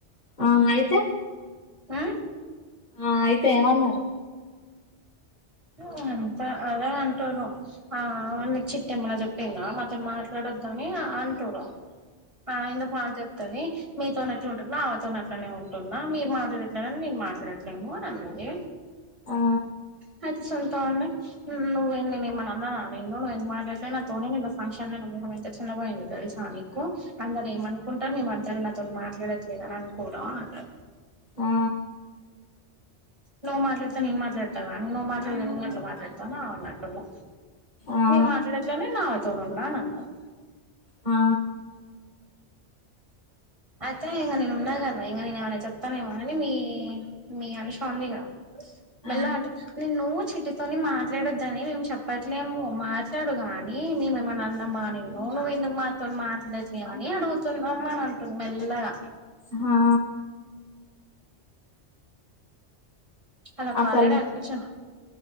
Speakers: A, on the left; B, on the right.
A: ఆ అయితే
B: ఆ
A: ఆ అయితే ఏవన్నరు.
B: లోన్ త అదా అంటురు. ఆ నీక్ చిట్టెమ్మనా జేప్పిందా మాతోని మాట్లాడ ఓదానియా అంటురు. ఆ ఎందుకు మా చెప్తది. మీతోన్ ఎట్లున్నా అవా తోనే అట్లుంటున్నా. మీరు మాట్లాడట్లేనని నేను మాట్లాడట్లేము అని అన్నది.
A: ఆ
B: నాతూ సొంతా అండి. నువ్వు నేనుమన్న నీను నువ్వు ఎందుకు మాట్లాటలే నా తోనే నా ఫంక్షన్ ఆమె ఎంత చిన్న బోయిందో దేలుసా నీకు అందరు ఏమనుకుంటారు. మీ మరదల్ నాతో మాట్లాడట్లేదు అని అనుకోరా అవంటా
A: ఆ
B: నువ్వు మాట్లాడుతే నేను మాట్లాడతగా నువ్వు మాట్లాడితే నువ్వు ఎట్లా మాట్లాడతా అన్నట్టు.
A: ఆ
B: మీరు మాట్లాడట్లేనే నీన్ అవతోన్ ఉన్నా అని అన్నార్.
A: ఆ
B: అయితే ఇంగా నేను ఉన్నా గదా ఇంగా నేను ఏమనా చెప్తానే ఏమోనని మీ మీ అనుషా ఉందిగా. మెల్లా
A: ఆ
B: అంట నిన్ను చిటితోని మాట్లాడొద్దని మేము చెప్పట్లేము మాట్లాడొద్. కానీ మీమేమన్నా అన్నమ్మా నిన్ను నువ్వు ఎందుకు మాతోని మాట్లాడలేవని అడుగుతున్నామా అని అన్నన్ టున్ మెల్లగా
A: ఆహా
B: అలాక్
A: అసలు
B: ఆల్రడీ అనిపించో